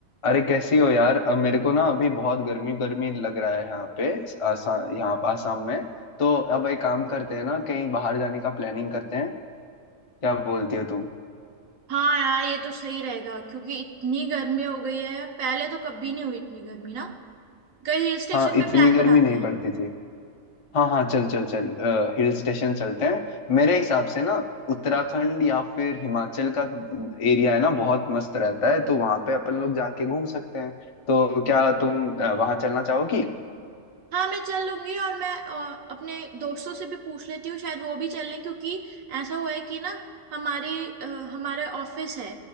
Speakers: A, on the left (about 50°); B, on the right (about 65°).
A: अरे कैसी हो यार अब मेरे को ना अभी बहुत गर्मी गर्मी लग रहा है यहाँ पे आसाम यहाँ पे आसाम में तो अब एक काम करते हैं ना कहीं बाहर जाने का प्लानिंग करते हैं क्या बोलती हो तुम
B: हाँ यार ये तो सही रहेगा क्योंकि इतनी गर्मी हो गई है पहले तो कभी नहीं हुई इतनी गर्मी ना कहीं हिल स्टेशन
A: हाँ इतनी
B: पे प्लान
A: गर्मी
B: बनाते
A: नहीं
B: हैं
A: पड़ती थी हाँ हाँ चल चल चल हिल स्टेशन चलते हैं मेरे हिसाब से ना उत्तराखंड या फिर हिमाचल का एरिया है ना बहुत मस्त रहता है तो वहां पे अपन लोग जाके घूम सकते हैं तो क्या तुम अ, वहां चलना चाहोगी
B: हाँ मैं चल लूंगी और मैं अ, अपने दोस्तों से भी पूछ लेती हूँ शायद वो भी चल लें क्योंकि ऐसा हुआ है कि ना हमारी अ, हमारे ऑफिस है